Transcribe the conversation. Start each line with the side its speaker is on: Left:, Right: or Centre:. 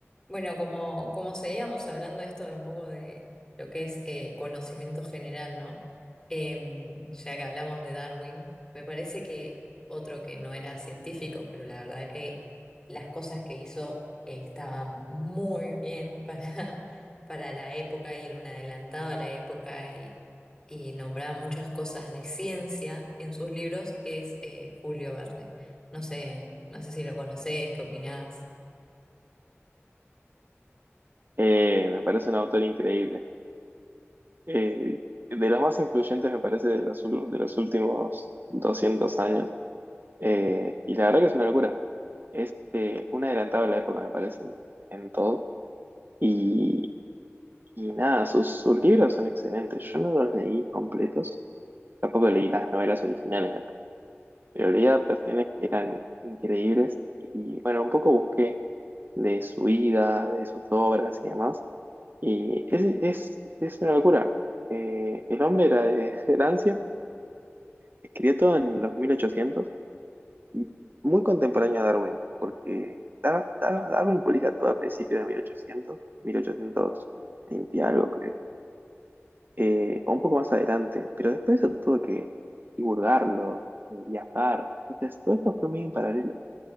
Left: Bueno, como, como seguíamos hablando esto de un poco de lo que es eh, conocimiento general, ¿no? Em, ya que hablamos de Darwin, me parece que otro que no era científico, pero la verdad que las cosas que hizo eh, estaban muy bien para, <laughs> para la época y era un adelantado a la época y, y nombraba muchas cosas de ciencia en sus libros, es eh, Julio Verne. No sé, no sé si lo conocés, qué opinás.
Right: Eh, me parece un autor increíble. Eh, de los más influyentes, me parece, de los, ul- de los últimos 200 años. Eh, y la verdad que es una locura. Es eh, un adelantado a la época, me parece, en, en todo. Y, y nada, sus, sus libros son excelentes. Yo no los leí completos. Tampoco leí las novelas originales, me parece. Pero leí adaptaciones que eran increíbles. Y bueno, un poco busqué de su vida, de sus obras y demás. Y es, es, es una locura. Eh, el hombre era de <laughs> Francia, escribió todo en los 1800 y muy contemporáneo a Darwin, porque Dar- Dar- Darwin publica todo a principios de 1800, 1820 algo creo, eh, o un poco más adelante, pero después eso tuvo que divulgarlo, eh, viajar, entonces todo esto fue muy en paralelo.